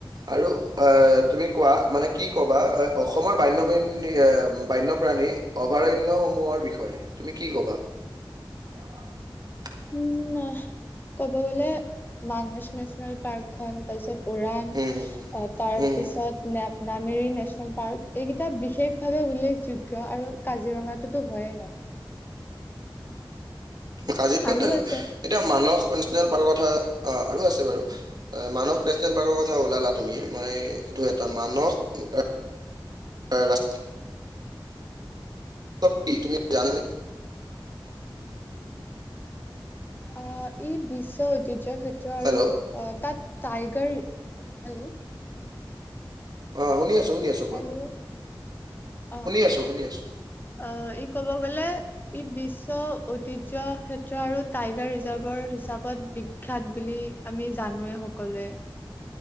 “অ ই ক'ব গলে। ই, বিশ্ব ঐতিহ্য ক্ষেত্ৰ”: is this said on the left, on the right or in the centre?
Left